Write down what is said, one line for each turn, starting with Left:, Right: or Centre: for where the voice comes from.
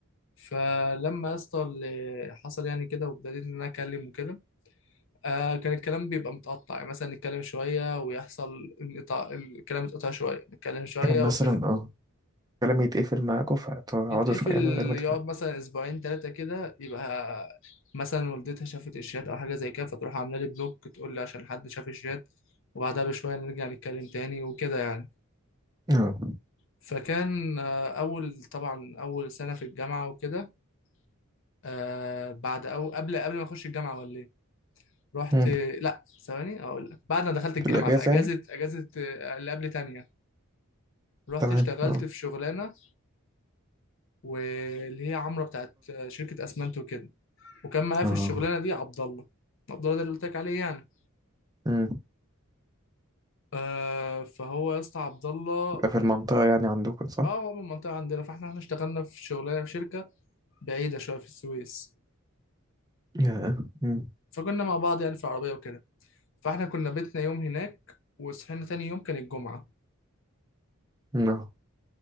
Left: فلما يا اسطى اللي حصل يعني كده وابتديت ان انا اكلم وكده آه كان الكلام بيبقى متقطع يعني مثلا نتكلم شوية ويحصل انقطاع الكلام يتقطع شوية نتكلم شوية
Right: كان مثلا
Left: والكلام
Right: اه كلام يتقفل معاكوا فتقعدوا
Left: يتقفل
Right: شويه من غير ما تتكلموا
Left: يقعد مثلا أسبوعين تلاتة كده يبقى مثلا والدتها شافت الشات أو حاجة زي كده فتروح عاملة لي بلوك تقول لي عشان حد شاف الشات وبعدها بشوية نرجع نتكلم تاني وكده يعني
Right: اه
Left: فكان آه أول طبعا أول سنة في الجامعة وكده آه بعد أو قبل قبل ما أخش الجامعة ولا إيه؟ رحت
Right: مم.
Left: لا ثواني أقول لك بعد ما دخلت الجامعة
Right: في الأجازة
Left: في أجازة
Right: يعني
Left: أجازة آه، اللي قبل تانية رحت
Right: تمام
Left: اشتغلت
Right: اه
Left: في شغلانه واللي هي عمرة بتاعت شركه اسمنت وكده وكان معايا
Right: اه
Left: في الشغلانه دي عبد الله عبد الله ده اللي قلت لك عليه يعني
Right: مم.
Left: آه فهو يا اسطى عبد الله
Right: ده في المنطقة يعني عندكم صح؟
Left: اه هو من المنطقه عندنا فاحنا احنا اشتغلنا في شغلانه في شركه بعيده شويه في السويس
Right: يا مم.
Left: فكنا مع بعض يعني في العربيه وكده فاحنا كنا بيتنا يوم هناك وصحينا تاني يوم كان الجمعه
Right: اه